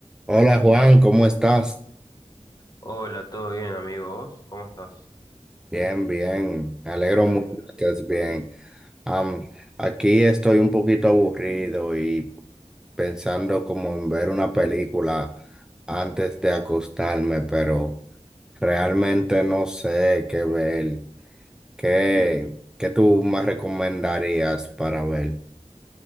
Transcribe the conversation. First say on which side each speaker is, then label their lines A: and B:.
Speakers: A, in the centre; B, on the left.
A: Hola Juan, ¿cómo estás?
B: Hola, ¿todo bien, amigos. ¿Cómo estás?
A: Bien, bien. Me alegro
B: Me
A: mucho
B: alegro.
A: que estés bien. Am, aquí estoy un poquito aburrido y pensando como en ver una película antes de acostarme, pero realmente no sé qué ver. ¿Qué, qué tú me recomendarías para ver?